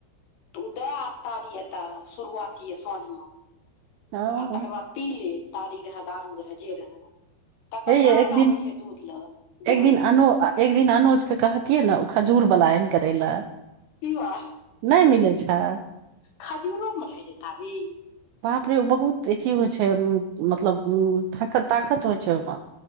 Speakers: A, on the left (about 65°); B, on the right (about 85°).
A: तऽ उदय तारी येऽ तऽ शुरुआती येऽ साँझ मे
B: हँ।
A: आ तकर बाद पी ले तारी रहै दारू रहे जे रहै तकर
B: हे यै
A: बाद
B: एक दिन
A: आबै छै। दूध ले दुहै
B: एक दिन
A: ले
B: अनो एक दिन अनुज के कहथिन। ने ओ खजूर बला आनि के दै ले
A: पिबा
B: नहि मिलै छै।
A: खजूरो मे रहै छै। तारी
B: बाप रे बहुत अथी होइ छै। मतलब उ ताकत ताकत होइ छै। ओहि में